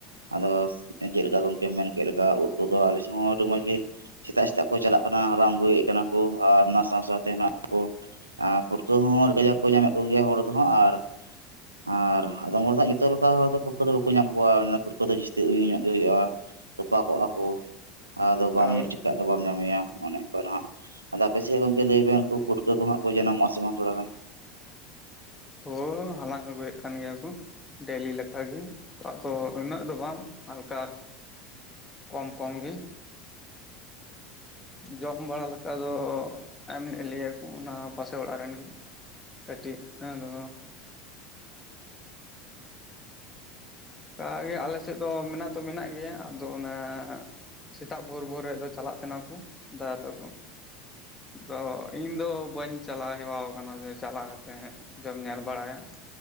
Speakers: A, on the right; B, on the left.
A: ᱟᱫᱚ ᱪᱮᱫ ᱞᱮᱠᱟ ᱜᱚᱝᱠᱮᱢ ᱢᱮᱱ ᱠᱮᱫ ᱞᱮᱠᱟ ᱩᱫ ᱠᱩᱫᱚ ᱟᱞᱮᱥᱮᱫ ᱦᱚᱸ ᱟᱹᱰᱤ ᱢᱚᱸᱡᱽ ᱜᱮ ᱥᱮᱛᱟᱜ ᱥᱮᱛᱟᱜ ᱠᱚ ᱪᱟᱞᱟᱜ ᱠᱟᱱᱟ ᱦᱟᱞᱟᱝ ᱟᱹᱜᱩᱭᱮᱫ ᱠᱟᱱᱟ ᱠᱚ ᱟᱨ ᱚᱱᱟ ᱥᱟᱶ ᱥᱟᱶᱛᱮ ᱦᱟᱸᱜ ᱠᱚ ᱟᱨ ᱯᱩᱴᱠᱟᱹ ᱦᱚᱸ ᱟᱰᱤ ᱠᱟᱡᱟᱠ ᱠᱚ ᱧᱟᱢᱮᱫ ᱠᱚᱜᱮᱭᱟ ᱦᱚᱲ ᱫᱚ ᱦᱟᱸᱜ ᱟᱨ ᱟᱨ ᱟᱫᱚᱢ ᱦᱚᱲ ᱡᱚᱛᱚ ᱞᱮᱠᱟ ᱦᱚᱲ ᱫᱚ ᱯᱩᱴᱠᱟᱹ ᱫᱚ ᱵᱟᱠᱚ ᱧᱟᱢ ᱠᱚᱣᱟ ᱯᱩᱴᱠᱟᱹ ᱫᱚ ᱡᱟᱹᱥᱛᱤ ᱩᱭᱩᱝ ᱧᱚᱜ ᱜᱮ ᱦᱩᱭᱩᱜᱼᱟ ᱛᱚᱯᱟ ᱠᱚᱜᱼᱟ ᱠᱚ ᱟᱫᱚ ᱵᱟᱢ
B: ᱛᱟᱞ
A: ᱧᱮᱞ ᱴᱷᱤᱠᱟᱜ ᱫᱚ ᱵᱟᱢ ᱧᱟᱢᱮᱭᱟ ᱚᱱᱮ ᱚᱱᱠᱟ ᱱᱟᱦᱟᱜ ᱟᱫᱚ ᱟᱯᱮᱥᱮᱫ ᱜᱚᱝᱠᱮ ᱞᱟᱹᱭᱵᱮᱱ ᱩᱱᱠᱩ ᱯᱩᱴᱠᱟᱹ ᱠᱚ ᱦᱟᱸᱜ ᱠᱚ ᱡᱟᱱᱟᱢᱚᱜᱼᱟ ᱥᱮ ᱵᱟᱝ ᱛᱷᱚᱲᱟ ᱜᱟᱱ
B: ᱚ ᱦᱟᱞᱟᱝ ᱟᱹᱜᱩᱭᱮᱫ ᱠᱚ ᱠᱟᱱ ᱜᱮᱭᱟ ᱠᱚ ᱰᱮᱞᱤ ᱞᱮᱠᱟᱜᱮ ᱩᱱᱠᱩᱶᱟᱜ ᱩᱱᱟᱹᱜ ᱫᱚ ᱵᱟᱝ ᱦᱟᱞᱠᱟ ᱠᱚᱢ ᱠᱚᱢ ᱜᱮ ᱡᱚᱢ ᱵᱟᱲᱟ ᱞᱮᱠᱟ ᱫᱚ ᱮᱢ ᱞᱮᱜ ᱞᱮᱭᱟ ᱠᱚ ᱚᱱᱟ ᱯᱟᱥᱮ ᱚᱲᱟᱜ ᱨᱤᱱ ᱜᱮ ᱠᱟᱹᱴᱤᱡ ᱟᱸᱫᱚᱻ ᱠᱟᱜᱮ ᱟᱞᱮᱥᱮᱫ ᱫᱚ ᱢᱮᱱᱟᱜ ᱫᱚ ᱢᱮᱱᱟᱜ ᱜᱮᱭᱟ, ᱟᱫᱚ ᱚᱱᱟ- ᱥᱮᱛᱟᱜ ᱵᱷᱳᱨ ᱵᱷᱳᱨ ᱨᱮᱭᱟᱜ ᱫᱚ ᱪᱟᱞᱟᱜ ᱠᱟᱱᱟ ᱠᱚ ᱫᱟᱫᱟ ᱛᱟᱠᱚ᱾ ᱟᱫᱚ ᱤᱧ ᱫᱚ ᱵᱟᱹᱧ ᱪᱟᱞᱟᱣ ᱦᱮᱣᱟ ᱟᱠᱟᱱᱟ ᱡᱮ ᱪᱟᱞᱟᱣ ᱠᱟᱛᱮ, ᱡᱚᱢ ᱧᱮᱞ ᱵᱟᱲᱟᱭᱟ